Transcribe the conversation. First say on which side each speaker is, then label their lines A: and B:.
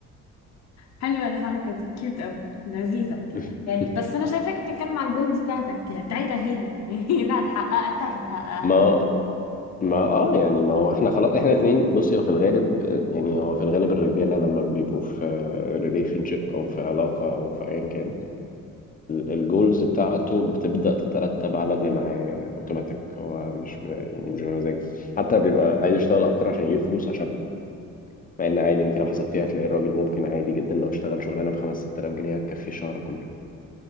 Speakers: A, on the left; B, on the left.
A: حلوة الحركة دي كيوت قوي لذيذة
B: <laughs>
A: يعني بس أنا شايفاك بتتكلم على الجولز بتاعتك بتاعتها هي <laughs> يعني هي اللي هتحققها أنت اللي هتحققها
B: ما
A: لها
B: ما اه يعني ما هو احنا خلاص احنا اتنين بصي هو في الغالب يعني هو في الغالب الرجاله لما بيبقوا في ريليشن شيب او في علاقه او في ايا كان الجولز بتاعته بتبدا تترتب على اللي معاه اوتوماتيك هو مش ب... يعني مش بمزاجه حتى بيبقى عايز يشتغل اكتر عشان يجيب فلوس عشان مع ان عادي انت لو حسبتيها هتلاقي الراجل ممكن عادي جدا لو اشتغل شغلانه ب 5 6000 جنيه هتكفيه شهر كله